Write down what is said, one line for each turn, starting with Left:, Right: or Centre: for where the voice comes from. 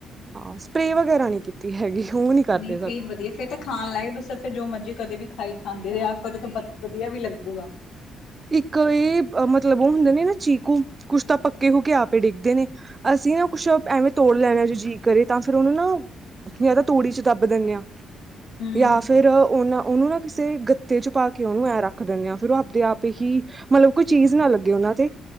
Right: ਹਾਂ, ਸਪ੍ਰੇ ਵਗੈਰਾ ਨਹੀਂ ਕੀਤੀ ਹੈਗੀ। ਉਹ ਕਰਦੇ
Left: ਨਹੀਂ
Right: ਸਾਡੇ
Left: ਫੇਰ ਵਧੀਆ। ਫੇਰ ਤਾਂ ਖਾਣ <unintelligible> ਫਿਰ ਜੋ ਮਰਜੀ, ਕਦੇ ਵੀ ਖਾਈ ਖਾਂਦੇ ਰਿਹਾ। <unintelligible> ਵਧੀਆ ਵੀ ਲੱਗੂਗਾ।
Right: ਇੱਕ ਇਹ ਮਤਲਬ- ਮਤਲਬ ਉਹ ਹੁੰਦੇ ਨੇ, ਨਾ ਚੀਕੂ ਕੁਛ ਤਾਂ ਪੱਕੇ ਹੋ ਕੇ ਆਪ ਡਿੱਗਦੇ ਨੇ, ਅਸੀਂ ਨਾ ਕੁੱਛ ਐਵੇਂ ਤੋੜ ਲੈਣਾ। ਅੱਛਾ, ਜੀਅ ਕਰੇ ਤਾਂ ਫ਼ਿਰ ਉਹਨੂੰ ਨਾ- ਜਾਂ ਤਾਂ ਤੂੜੀ ਚ ਦੱਬ ਦੇਣੇ ਆਂ।
Left: ਹੂੰ
Right: ਜਾਂ ਫਿਰ ਓਹਨਾ- ਉਹਨੂੰ ਨਾ ਕਿਸੇ ਗੱਤੇ ਚ ਪਾ ਕੇ ਉਹਨੂੰ ਐਂ ਰੱਖ ਦੇਣੇ ਆਂ। ਫਿਰ ਉਹ ਆਪਦੇ ਆਪ- ਹੀ ਮਤਲਬ ਕੋਈ ਚੀਜ਼ ਨਾ, ਲੱਗੇ ਉਹਨਾਂ ਤੇ